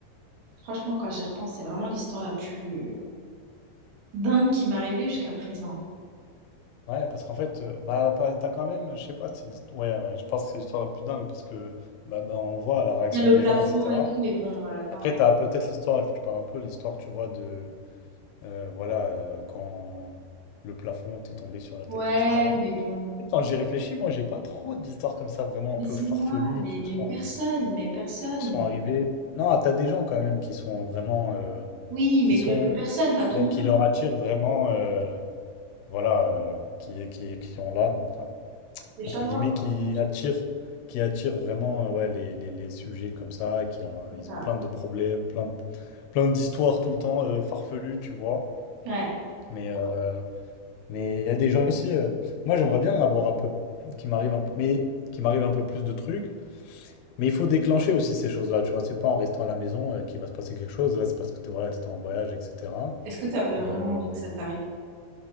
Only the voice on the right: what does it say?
franchement, quand j'y repense, c'est vraiment l'histoire la plus dingue qui m'est arrivée jusqu'à présent.
Il y a le
plafond
et tout, mais bon, euh, non.
Ouais,
mais bon.
Mais
c'est
moi, mais,
mais
personne, mais personne.
Oui, mais
quelques personnes, pas tout
le
monde.
Les
chats noirs,
quoi.
C'est
ça.
Ouais.
Est-ce que t'as vraiment
envie que ça t'arrive?